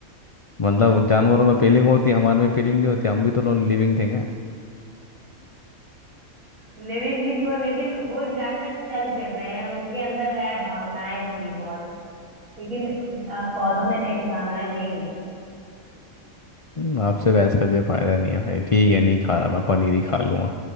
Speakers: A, on the left (about 35°); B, on the right (about 75°).
A: मतलब जानवरों में फीलिंग होती है हमारे में फीलिंग नहीं होती हम भी तो लिविंग थिंग है
B: लिविंग थिंग हो लेकिन वो जानवर चल फिर रहे हैं उनके अंदर है भावनाएं थोड़ी बहुत लेकिन अ, पौधों में नहीं भावनाएं नहीं
A: हम्म, आपसे बहस करके फायदा नहीं है भाई ठीक है नहीं खा रहा मैं पनीर ही खा लूंगा